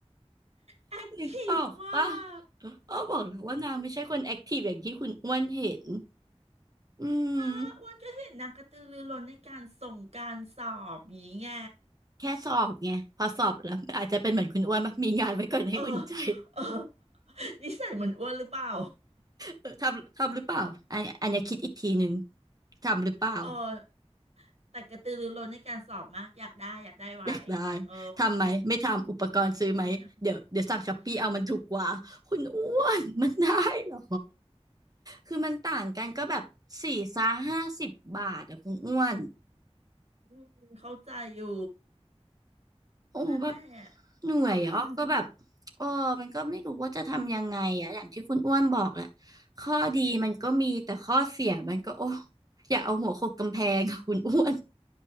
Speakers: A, on the right (about 70°); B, on the right (about 35°).
A: แอคทีฟมาก
B: นึกออกปะอ้อบอกแล้วว่านางไม่ใช่คนแอคทีฟอย่างที่คุณอ้วนเห็นอื
A: อ้าอ้วนก็เห็นนางกระตือรือร้นในการส่งการสอบอย่างงี้ไง
B: มแค่สอบไงพอสอบแล้วอาจจะเป็นเหมือนคุณอ้วนปะมีงานไว้ก่อนให้อุ่นใจ
A: เออเออนิสัยเหมือนอ้วนหรือเปล่า
B: เออทำทำหรือเปล่าอันอันเนี้ยคิดอีกทีหนึ่งทำหรือเปล่า
A: เออแต่กระตือรือร้นในการสอบมากอยากได้อยากได้ไว้
B: อยากได้
A: เออ
B: ทำไหมไม่ทำอุปกรณ์ซื้อไหมเดี๋ยวเดี๋ยวสั่งช้อปปี้เอามันถูกกว่าคุณอ้วนมันได้เหรอ
A: ไม่ทำ ไม่
B: คือมันต่างกันก็แบบสี่ซาห้าสิบบาทอะคุณอ้วน
A: อืมเข้าใจอยู่
B: โอ้แบบ
A: นั่นแหละ
B: เหนื่อยอ่ะก็แบบ
A: <laughs>
B: เออมันก็ไม่รู้ว่าจะทำยังไงอะอย่างที่คุณอ้วนบอกแหละข้อดีมันก็มีแต่ข้อเสียมันก็โอ้อย่าเอาหัวโขกกำแพงอะคุณอ้วน